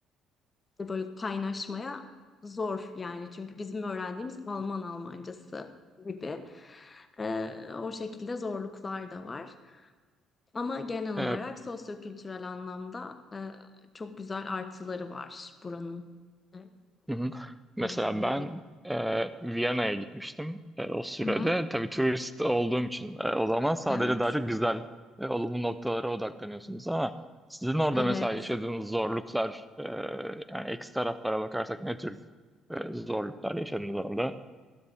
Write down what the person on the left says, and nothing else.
de böyle kaynaşmaya zor yani çünkü bizim öğrendiğimiz Alman Almancası gibi. Ee, o şekilde zorluklar da var. Ama genel olarak
sosyokültürel anlamda e, çok güzel artıları var buranın. Evet,
Onu söyleyebilirim.
Hı hı.
Evet,
evet.